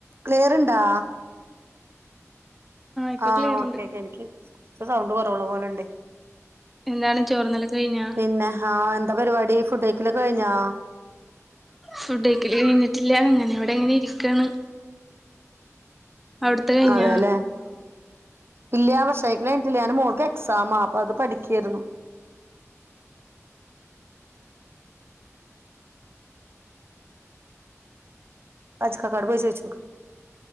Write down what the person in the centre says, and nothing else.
ഇപ്പൊ
ക്ലിയർണ്ട്
നിങ്ങള് ചോറ്ന്നലോക്കെ കഴിഞ്ഞ?
ഫുഡ് ക്കല് കഴിഞ്ഞിട്ടില്ല അങ്ങനെ വിടെ ങ്ങനെ ഇരിക്കാണ് അവിടത്തെ കഴിഞ്ഞോ